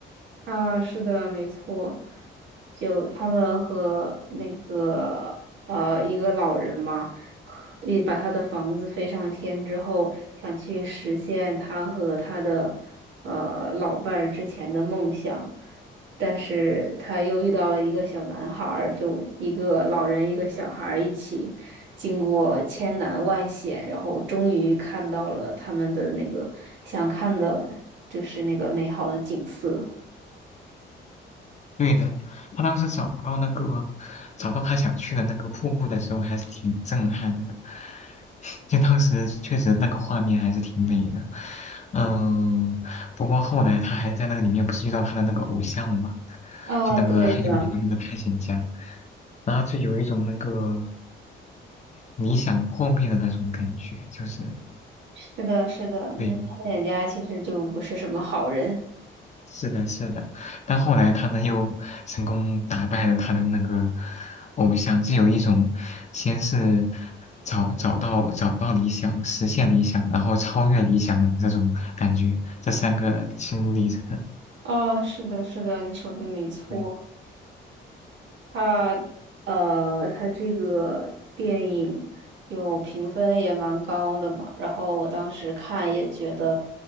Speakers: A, on the right; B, on the left.
A: 啊，是的，没错，就他们和那个呃一个老人嘛，和也把他的房子飞上天之后，想去实现他和他的呃老伴儿之前的梦想，但是他又遇到了一个小男孩儿，就一个老人一个小孩儿一起，经过千难万险，然后终于看到了他们的那个想看的，就是那个美好的景色。
B: 对的，他当时找到那个找到他想去的那个瀑布的时候，还是挺震撼的。<laughs> 就当时确实那个画面还是挺美的，嗯，不过后来他还在那个里面不是遇到他的那个偶像嘛，
A: 啊，
B: 就那个很有名的那个探险家，
A: 对的，
B: 然后就有一种那个理想破灭的那种感觉，就是
A: 是的，是的，
B: 对，
A: 那探险家其实就不是什么好人。
B: 是的，是的，但后来他呢又成功打败了他的那个偶像，就有一种先是找找到找到理想，实现理想，然后超越理想的这种感觉，这三个心路历程。
A: 哦，是的，是的，你说的没错。
B: 对，
A: 他呃，他这个电影就评分也蛮高的嘛，然后我当时看也觉得